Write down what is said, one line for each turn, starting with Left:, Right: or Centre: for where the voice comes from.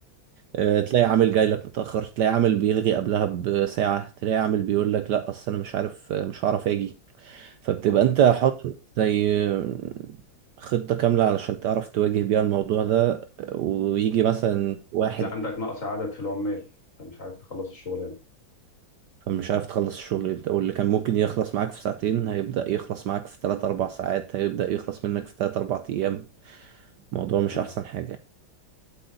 Right: آه، تلاقي عامل جاي لك متأخر تلاقي عامل بيلغي قبلها بساعة تلاقي عامل بيقول لك لا اصل انا مش عارف آه، مش هعرف اجي فبتبقى
Left: اه
Right: انت حاطط زي آه، خطة كاملة علشان تعرف تواجه بيها الموضوع ده آه، ويجي
Left: وت-
Right: مثلا واحد
Left: وتلاقي عندك نقص عدد في العمال انت مش عارف تخلص الشغلانه
Right: فمش عارف تخلص الشغل يبدأ واللي كان ممكن يخلص معاك في ساعتين هيبدأ يخلص معاك في 3 4 ساعات هيبدأ يخلص منك في 3 4 ايام الموضوع مش
Left: تمام
Right: احسن حاجة